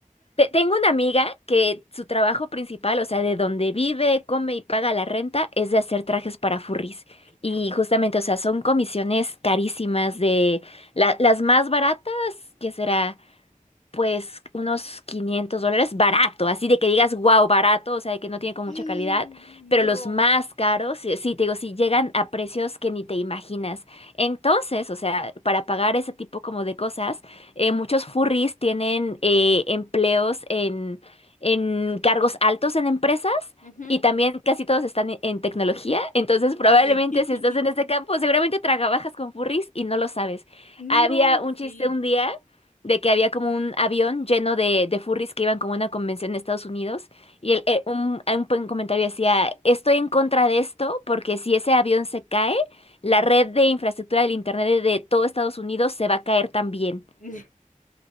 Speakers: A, on the left (about 45°); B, on the left (about 65°).
A: Te- Tengo una amiga que su trabajo principal, o sea, de donde vive, come y paga la renta, es de hacer trajes para furries.
B: Claro.
A: Y justamente, o sea, son comisiones carísimas de la- las más baratas, que será? pues unos 500 dólares barato, así de que digas, wow, barato, o sea, de que no tiene con
B: Mm,
A: mucha calidad, pero los
B: no.
A: más caros, sí, sí, te digo, sí llegan a precios que ni te imaginas. Entonces, o sea, para pagar ese tipo como de cosas, eh, muchos furries tienen eh, empleos en, en cargos altos en empresas.
B: Ujú.
A: Y también casi todos están en, en tecnología, entonces probablemente
B: Sí. <laughs>
A: si estás en este campo, seguramente trabajas con furries y no lo sabes.
B: No,
A: Había un chiste
B: sí.
A: un día de que había como un avión lleno de, de furries que iban como a una convención de Estados Unidos y el, eh, un, un buen comentario decía, estoy en contra de esto porque si ese avión se cae, la red de infraestructura del Internet de todo Estados Unidos se va a caer también.
B: <laughs>